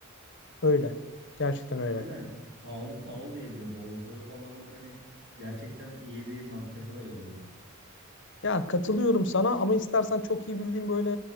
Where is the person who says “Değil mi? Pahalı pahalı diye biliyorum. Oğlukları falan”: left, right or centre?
Right